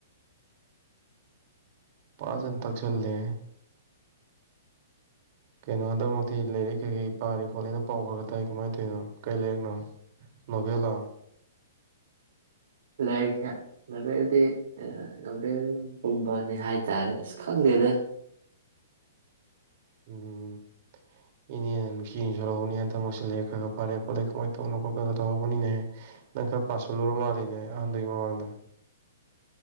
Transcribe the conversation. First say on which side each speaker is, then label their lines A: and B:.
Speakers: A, on the right; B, on the right.
A: ꯄꯥ ꯍꯟ ꯇꯛ ꯆꯜꯂꯦ ꯀꯩꯅꯣ ꯍꯟꯗꯛꯃꯛꯇꯤ ꯂꯥꯏꯔꯤꯛ ꯀꯩꯀꯩ ꯄꯥꯔꯦ ꯈꯣꯠꯂꯦꯅ ꯄꯥꯎ ꯈꯔꯒ ꯇꯥꯏ ꯀꯃꯥꯏꯅ ꯇꯧꯔꯤꯅꯣ ꯀꯩ ꯂꯩꯥꯏꯔꯤꯛꯅꯣ ꯅꯣꯚꯦꯜꯂꯥ
B: ꯂꯥꯏꯔꯤꯛꯁ ꯅꯣꯚꯦꯜꯗꯤ ꯅꯣꯚꯦꯜꯒꯨꯝꯕꯅꯦ ꯍꯥꯏꯇꯥꯔꯦ ꯑꯁ ꯈꯪꯗꯦꯗ
A: ꯎꯝ ꯏꯅꯦ ꯁꯅꯤ ꯑꯗꯨꯁꯤ ꯂꯩꯔꯦ ꯈ ꯐꯥꯔꯦ ꯈꯣꯠꯦꯃꯥꯏꯅ ꯇꯧꯅ ꯈꯣꯠꯒ ꯇꯍꯧꯕꯅꯦꯍ ꯅꯪꯈ ꯄꯥꯁꯁꯂꯣꯔꯣ ꯃꯥ ꯂꯩꯅꯦꯍꯗ ꯃꯃꯥꯡꯗ